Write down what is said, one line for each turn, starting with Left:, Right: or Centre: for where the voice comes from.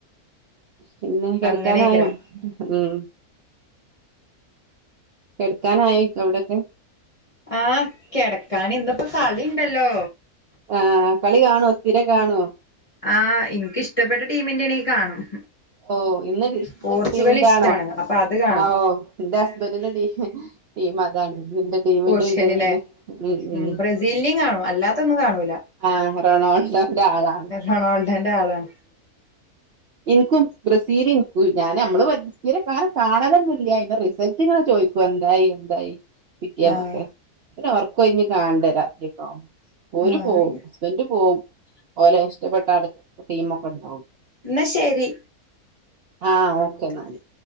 Right: പിന്നെ കെടക്കാനായോ?
Left: അങ്ങനെയ്ക്കാരം
Right: ഉം. കെടുക്കാനായോ അവിടൊക്കെ?
Left: ആ കിടക്കൻ എന്തപ്പോ കളിണ്ടല്ലോ?
Right: ആ കളി കാണുവോ? സ്ഥിരം കാണുവോ?
Left: ആ എനിക്ക് ഇഷ്ടപ്പെട്ട ടീമിന്റെറെ ആണെങ്കിൽ കാണും.
Right: ഓ ഇന്ന് ഇഷ്ടടീമിന്റൊണോ?
Left: പോർച്ചുഗൽ ഇഷ്ടാണ് അപ്പൊ അത് കാണും
Right: ആ ഓ <unintelligible> ഈ മതാണ്. നിന്റെ ടീമിന്റെറെ
Left: പോർച്ചുഗല്
Right: ഉണ്ട് നന്നെ
Left: ല്ലേ
Right: ഉം ഉം.
Left: ബ്രസീലിനിം കാണും അല്ലാത്തൊന്നും കാണൂല
Right: ആ റൊണാൾഡോന്റെ ആളാണ്.
Left: റൊണാൾഡോന്റെ ആളാണ്
Right: ഇൻ ബ്രസീലിയ ഞൻ നമ്മൾ <unintelligible> കാണലൊന്നില്ല അന്റെ റിസൾട്ട് ഇങ്ങനെ ചോദിക്കും എന്താ <unintelligible> എന്തായി പിറ്റിയന്നൊക്കെ
Left: ആഹ്
Right: പിന്നെ ഉറക്കം ഉഴിഞ്ഞു കാണണ്ടേ രാത്രിയൊക്കെ. ഓര്പോവും
Left: ആഹ്
Right: ഹസ്ബന്റ് പോവും ഓലെ ഇഷ്ടപെട്ട ആൾടെ ടീമൊക്കെ ഒണ്ട
Left: എന്ന ശരി.
Right: ആ ഓക്കെ ന്നാല്.